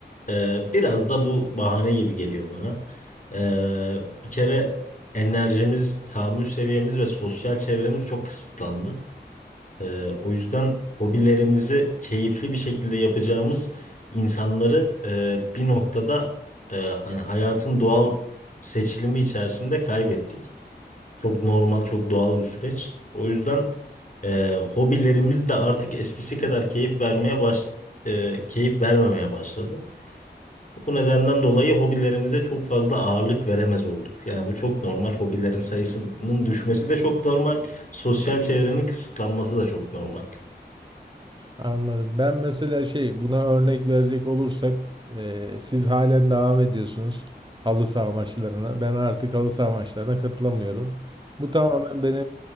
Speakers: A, on the left (about 45°); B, on the right (about 25°).
A: e, biraz da bu bahane gibi geliyor bana. E, bir kere enerjimiz, tahammül seviyemiz ve sosyal çevremiz çok kısıtlandı. E, o yüzden hobilerimizi keyifli bir şekilde yapacağımız insanları e, bir noktada e, hani hayatın doğal seçilimi içerisinde kaybettik. Çok normal, çok doğal bir süreç. O yüzden e, hobilerimiz de artık eskisi kadar keyif vermeye baş e, keyif vermemeye başladı. Bu nedenden dolayı hobilerimize çok fazla ağırlık veremez olduk. Yani bu çok normal. Hobilerin sayısının düşmesi de çok normal. Sosyal çevrenin kısıtlanması da çok normal.
B: Anladım. Ben mesela şey buna örnek verecek olursak e, siz halen devam ediyorsunuz halı saha maçlarına. Ben artık halı saha maçlarına katılamıyorum. Bu tamamen benim